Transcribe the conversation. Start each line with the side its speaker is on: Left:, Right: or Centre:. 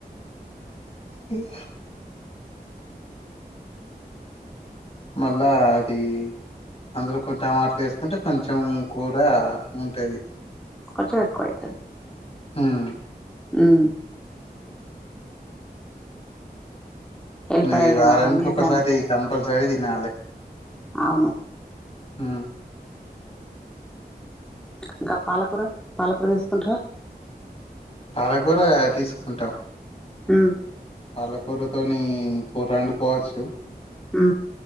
Left: ఉమ్ మళ్ళా అది అందులో కొన్ని టమాట్లు వేసుకుంటే కొంచెం కూర ఉంటది.
Centre: కొంచెము ఎక్కువయితది
Left: హుమ్
Centre: ఉమ్ ఎల్లిపాయలు
Left: మరి వారానికి
Centre: అవన్నీ వేసి
Left: ఒకసారి కంపల్ సరి దినాలే
Centre: అవును
Left: ఊ
Centre: ఇంకా పాలకూర పాలకూర తీసుకుంటరా
Left: పాలకూర తీస్ ఉంటా
Centre: ఊ
Left: పాలకూరతోని కూర అండుకోవచ్చు
Centre: ఊ